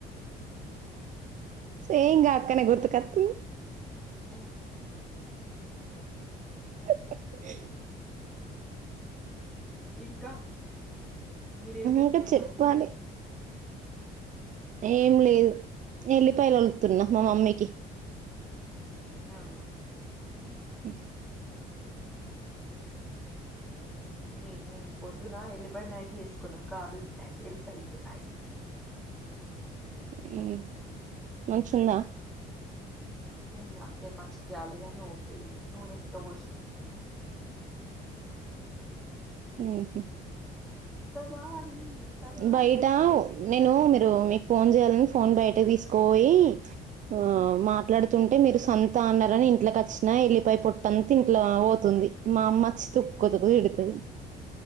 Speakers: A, on the right (about 50°); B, in the centre.
A: సెమ్ గాక్కనే గుర్తు కొతున్
B: ఓ
A: అ
B: ఇంకా మీరేం మేతురు
A: ఇంకా చెప్పాలి
B: మరి
A: ఏం లేదు ఎల్లిపాయలు వొళుతున్నా మా మమ్మీకి
B: అవునా
A: అ
B: మేము పొద్దున ఎల్లిపాయ్ మ్యాగీ యెస్కున్నాం గార్లిక్ మ్యాగీ ఎల్లిపాయ్ మ్యాగీ
A: హ్మ్ మంచుందా
B: ఇ అంతే మంచిగాలిగన్ ఓకే ఇగ నూనెక్కువ్ పోసి
A: <inaudible>
B: తబాహి తబాహి
A: బయట నేను మీరు మీ ఫోన్ చేయాలని ఫోన్ బయట తీసుకపొయి ఆ
B: ఉమ్
A: మాట్లాడి తుంటే మీరు సొంత అన్నారని ఇంట్లకచ్చిన ఎల్లిపాయ్ పొట్టంత ఇంట్ల పోతుంది మామ్మొచ్చి తుక్కు తుక్కు తిడ్తది